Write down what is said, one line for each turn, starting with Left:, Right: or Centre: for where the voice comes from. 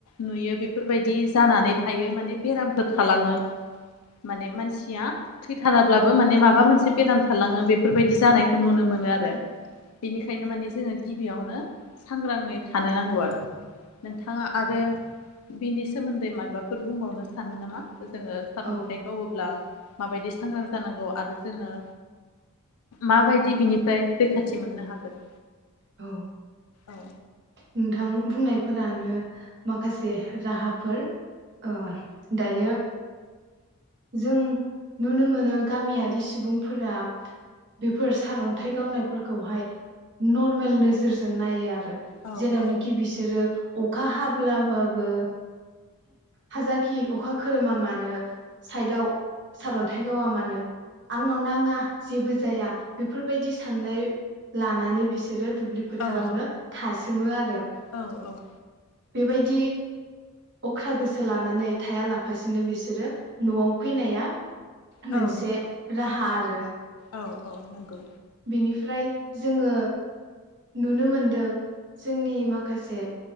Left: नुयो बेफोरबायदि जानानै थायो माने बेराम बो थालाङो माने मानसिया थैथाराब्लाबो माने माबा मोनसे बेराम थालाङो बेफोरबायदि जानायखौ नुनो मोनो आरो बेनिखायनो माने जोङो गि बियावनो सांग्राङै थानो नांगौ आरो नोंथाङा आरो बिनि सोमोन्दै मायबाफोर बुंबावनो सानो नामा? जोङो सारन्थाइ
Right: औ
Left: गावोब्ला माबायदि सांग्रां जानांगौ आरो जोङो माबायदि बिनिफ्राय रैखाथि मोननो हागोन
Right: औ औ
Left: औ
Right: नोंथां बुंनायफोरानो माखासे राहाफोर ओ दायो जों नुनो मोनो गामियारि सुबुंफोरा बेफोर सारन्थाइ गावनायफोरखौहाय नरमेल नोजोरजों नायो आरो
Left: औ
Right: जेरावनोखि
Left: औ
Right: बिसोरो अखा हा ब्लाबाबो हाजारखि अखा खोरोमा मानो साइदाव सारन्थाइ गावा मानो आ आंनाव नाङा जेबो जाया बेफोरबायदि साननाय लानानै बिसोरो दुब्लि फोथारावनो
Left: औ
Right: था सोमो आरो
Left: औ औ
Right: बेबायदि अख्रा गोसो लानानै थाया लाफासिनो बिसोरो न'आव फैनाया
Left: औ
Right: मोनसे राहा आरो
Left: औ औ नंगौ
Right: बिनिफ्राय जोङो नुनो मोनदों जोंनि माखासे